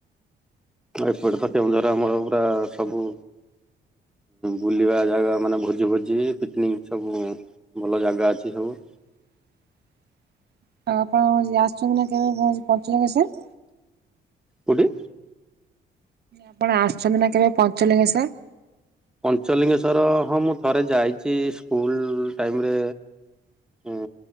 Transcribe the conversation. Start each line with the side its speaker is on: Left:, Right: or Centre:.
Centre: ଏପଟେ ତ କେଉଁଝର ଆମର ପୁରା ସବୁ ବୁଲିବା ଜାଗା ମାନେ ଭୋଜି ଭୋଜି ପିକନିକ ସବୁ ଭଲ ଜାଗା ଅଛି ସବୁ।
Right: <inaudible> ଆଉ ଆପଣ ଆସୁଚନ୍ତି ନା କେବେ ପ ପଞ୍ଚୁଲିଙ୍ଗେଶ୍ୱର୍?
Centre: କୋଉଠି?
Right: ଆପଣ ଆସିଚନ୍ତି ନା କେବେ ପଞ୍ଚଲିଙ୍ଗେଶ୍ୱର?
Centre: ପଞ୍ଚଲିଙ୍ଗେଶ୍ଵର ହଁ ମୁଁ ଥରେ ଯାଇଚି ସ୍କୁଲ ଟାଇମରେ। ଉଁ